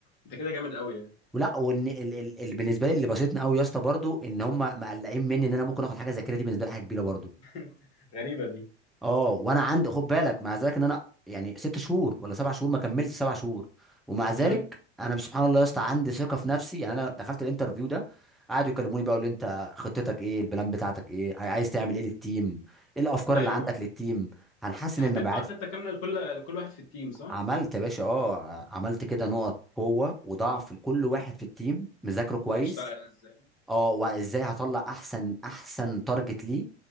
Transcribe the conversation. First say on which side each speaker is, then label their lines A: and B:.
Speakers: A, on the left; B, in the centre.
A: انت كده جامد قوي يعني
B: ولا وان ال... ال... ال... بالنسبه لي اللي بسطني قوي يا اسطى برضو ان هم مقلقين مني ان انا ممكن اخد حاجه زي كده دي بالنسبه لي حاجه كبيره برضو
A: <laughs> غريبه دي
B: اه وانا عندي خد بالك مع ذلك ان انا يعني ست شهور ولا سبع شهور ما كملتش سبع شهور ومع ذلك
A: امم
B: انا سبحان الله يا اسطى عندي ثقه في نفسي يعني انا دخلت الانترفيو ده قعدوا يكلموني بقى يقولوا لي انت خطتك ايه البلان بتاعتك ايه عاي- عايز تعمل ايه للتيم ايه الافكار
A: ايوه
B: اللي عندك للتيم هنحسن
A: انت
B: المبيعات
A: حطيت بقى خطه كامله لكل لكل واحد في التيم صح؟
B: عملت يا باشا اه عملت كده نقط قوه وضعف لكل واحد في التيم مذاكره كويس
A: هتشتغل ازاي؟
B: اه وازاي هطلع احسن احسن تارجت ليه